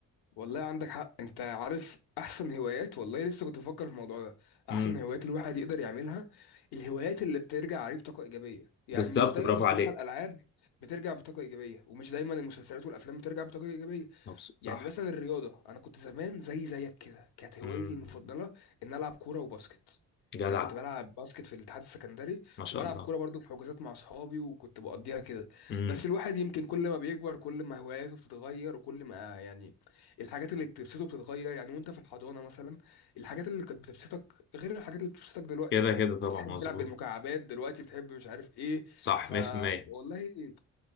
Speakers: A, on the left; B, on the left.
A: والله عندك حق انت عارف احسن هوايات والله لسه كنت بفكر في الموضوع ده احسن
B: امم
A: هوايات الواحد يقدر يعملها الهوايات اللي بترجع عليه بطاقة ايجابية يعني
B: بالظبط
A: مش دايما
B: برافو
A: بصراحة
B: عليك
A: الالعاب بترجع بطاقة ايجابية ومش دايما المسلسلات والافلام بترجع بطاقة ايجابية
B: مبسوط
A: يعني
B: صح
A: مثلا الرياضة أنا كنت زمان زي زيك كده كانت هوايتي
B: امم
A: المفضلة إن ألعب كورة وباسكت
B: جدع
A: يعني أنا كنت بلعب باسكت في الاتحاد السكندري
B: ما شاء
A: وبلعب
B: الله
A: كورة برضو في حجوزات مع أصحابي وكنت بقضيها كده
B: امم
A: بس الواحد يمكن كل ما بيكبر كل ما هواياته بتتغير وكل ما يعني الحاجات اللي بتبسطه بتتغير يعني وأنت في الحضانة مثلا الحاجات اللي كانت بتبسطك غير الحاجات اللي بتبسطك دلوقتي
B: كده كده طبعا
A: كنت تحب
B: مظبوط
A: تلعب بالمكعبات دلوقتي بتحب مش عارف إيه
B: صح
A: فوالله
B: 100%